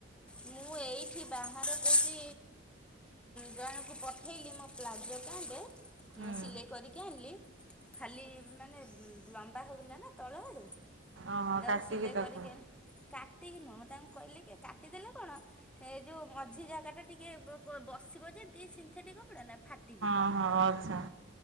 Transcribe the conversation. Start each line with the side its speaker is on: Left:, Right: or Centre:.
Centre: ମୁଁ ଏଇଠି ବାହାରକୁ ଜଣଙ୍କୁ ପଠେଇଲି ମୋ ପ୍ଲାଜୋ ପ୍ୟାଣ୍ଟ
Right: ହୁଁ
Centre: ସିଲେଇ କରି କି ଆଣିଲି ଖାଲି ମାନେ ଲମ୍ବା ହେଉଥିଲା ନା ତଳ ଆଡୁ।
Right: ଓହୋ
Centre: ମୁଁ ତାକୁ
Right: କାଟିକି
Centre: ସିଲେଇ
Right: ତାକୁ
Centre: କରିକି କାଟିକି ନୁହଁ ମୁଁ ତାଙ୍କୁ କହିଲି କି କାଟିଦେଲେ କଣ ସେ ଯୋଉ ମଝି ଜାଗା ଟା ଟିକେ ବସିବ ଯେମିତି ସିନ୍ଥେଟିକ୍ କପଡା ନା ଫାଟି
Right: ହଁ ହଁ ଆଚ୍ଛା